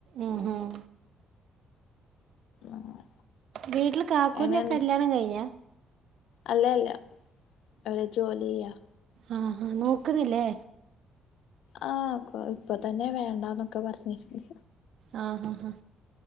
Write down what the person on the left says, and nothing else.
ആഹ്
അങ്ങനെ
അല്ല അല്ല അവൻ ജോലിയ്യാ
ആ കൊ ഇപ്പൊ തന്നെ വേണ്ടന്നൊക്കെ പറഞ്ഞിരിന്നു